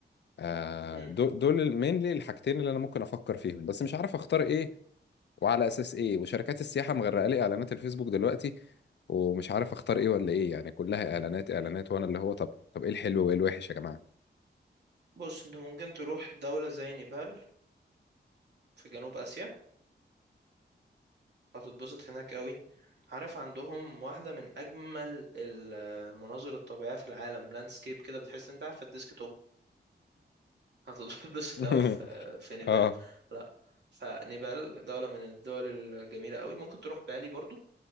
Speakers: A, on the left; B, on the right.
A: آه،
B: امم
A: دو- دول مينلي الحاجتين اللي انا ممكن افكر فيهم بس مش عارف اختار ايه وعلى اساس ايه وشركات السياحه مغرقه لي اعلانات الفيسبوك دلوقتي ومش عارف اختار ايه ولا ايه يعني كلها اعلانات اعلانات وانا اللي هو طب طب ايه الحلو وايه الوحش يا جماعه
B: بص انت ممكن تروح دولة زي نيبال في جنوب اسيا هتتبسط هناك قوي عارف عندهم واحدة من أجمل ال- المناظر الطبيعية في العالم لاندسكيب كده بتحس انت قاعد في الديسك هتتبسط
A: <laughs>
B: قوي في في نيبال
A: اه
B: لا فنيبال دولة من الدول الجميلة قوي ممكن تروح بالي برضو